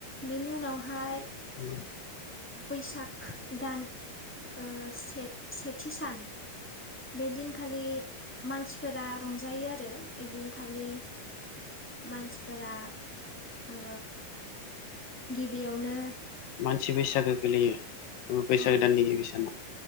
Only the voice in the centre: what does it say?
बेनि उनावहाय
बैसाग दान ओ से सेथि सान बेदिनखालि मानसिफोरा रंजायो आरो ओइदिनखालि <inaudible> मानसिफोरा ओ गिबियावनो
औ